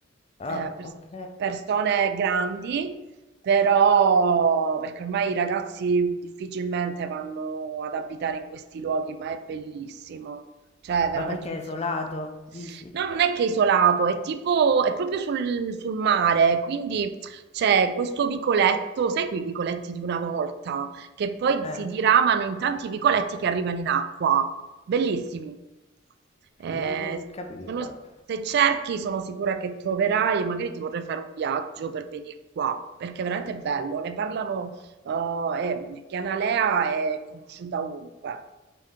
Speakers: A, on the left; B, on the right.
A: Ah,
B: Eh, pers-
A: ok.
B: persone grandi però, perché ormai i ragazzi difficilmente vanno ad abitare in questi luoghi, ma è bellissimo. Cioè, è veramente
A: Ma perché
B: un
A: è isolato,
B: sogno.
A: dici?
B: No, non è che è isolato, è tipo, è proprio sul, sul mare, quindi c'è questo vicoletto, sai quei vicoletti di una volta? che poi
A: Eh,
B: si diramano in tanti vicoletti che arrivano in acqua. Bellissimi. Eh,
A: mm, capito.
B: sono- se cerchi, sono sicura che troverai, e magari ti vorrei fare un viaggio per venire qua, perché è veramente bello. Ne parlano, eh, e Chianalea è conosciuta ovunque.